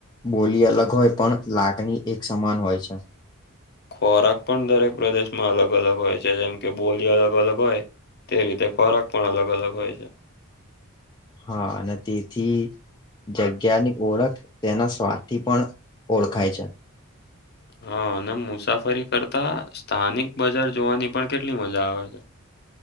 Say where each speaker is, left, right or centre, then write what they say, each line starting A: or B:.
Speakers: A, on the left; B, on the left.
A: બોલી અલગ હોય પણ લાગણી એક સમાન હોય છે.
B: ખોરાક પણ દરેક પ્રદેશમાં અલગ-અલગ હોય છે જેમ કે બોલી અલગ-અલગ હોય. તે રીતે ખોરાક પણ અલગ-અલગ હોય છે.
A: હા અને તેથી જગ્યાની ઓળખ તેના સ્વાદથી પણ ઓળખાય છે.
B: હા અને મુસાફરી કરતા સ્થાનિક બજાર જોવાની પણ કેટલી મજા આવે છે.